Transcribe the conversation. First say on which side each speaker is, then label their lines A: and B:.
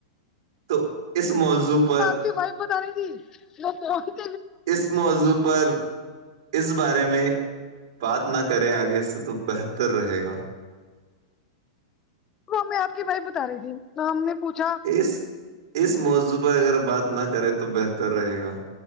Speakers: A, on the right; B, on the left.
A: تو اس موضوع پر
B: آپکی وائف بتارہی تھی میں فون
A: اس موضوع پر اس بارے میں بات نہ کریں آگے سے تو بہتر رہے گا
B: ہمیں آپ کی وایف بتا رہی تھی نہ ہم نے پوچھا
A: اس اس موضوع پر اگر بات نہ کرے تو بہتر رہے گا